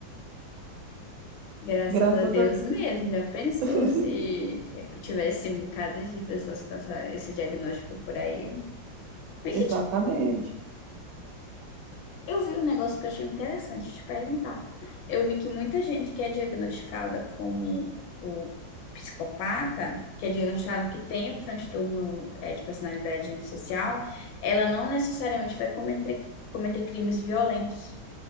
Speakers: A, on the left (about 80°); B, on the right (about 85°).
A: Graças
B: Graças
A: a Deus
B: a...
A: mesmo, já pensou
B: <laughs>
A: se tivesse um bocado de pessoas com essa- esse diagnóstico por aí? Mas
B: Exatamente.
A: que Eu vi um negócio que eu achei interessante te perguntar. Eu vi que muita gente que é diagnosticada como o psicopata, que é diagnosticada que tem o transtorno eh, de personalidade antissocial, ela não necessariamente vai cometer, cometer crimes violentos.